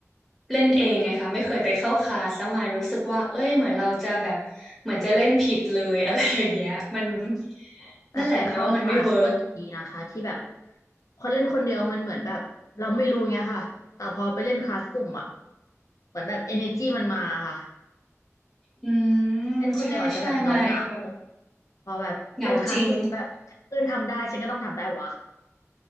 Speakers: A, in the centre; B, on the left.
A: เล่นเองไงคะไม่เคยไปเข้าคลาสแล้วมายรู้สึกว่าเอ้ยเหมือนเราจะแบบเหมือนจะเล่นผิดเลย <laughs> อะไรอย่างเงี้ยมัน
B: แต่ไปเข้าคลาสก็ดีนะคะที่แบบ
A: นั่นแหละหมายว่ามันไม่เวิร์ก
B: พอเล่นคนเดียวมันเหมือนแบบเราไม่รู้ไงค่ะแต่พอไปเล่นคลาสกลุ่มอ่ะเหมือนแบบ energy มันมาค่ะ
A: อืมใช่ใช่มายแบบ
B: เล่นคนเดียวอาจจะแบบเหงาเหงาพอแบบเล่นคลาสกลุ่มแบบเพื่อนทำได้ฉันก็ต้องทำได้วะ
A: เหงาจริง